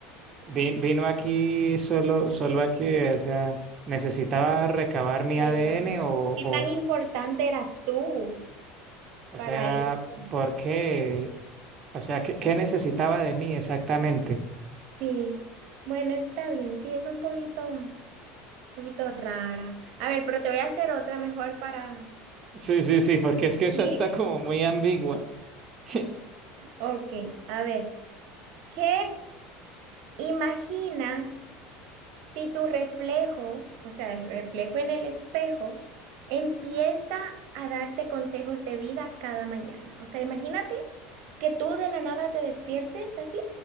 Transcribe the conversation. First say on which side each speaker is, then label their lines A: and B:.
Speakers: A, on the right; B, on the right.
A: vi- vino aquí solo, solo aquí, o sea, ¿necesitaba recabar mi
B: ¿Verdad?
A: ADN o,
B: ¿Qué
A: o,
B: tan importante eras tú
A: o
B: para
A: sea,
B: esto?
A: ¿por qué? O sea, ¿qué, qué necesitaba de mí exactamente?
B: Sí, bueno, está bien, sí, es un poquito. poquito rara. A ver, pero te voy a hacer otra mejor para... <laughs>
A: Sí, sí, sí, porque es que esa
B: Sí.
A: está como muy ambigua. <laughs>
B: Ok, a ver. ¿Qué imaginas? Si tu reflejo, o sea, el reflejo en el espejo, empieza a darte consejos de vida cada mañana. O sea, imagínate que tú de la nada te despiertes así.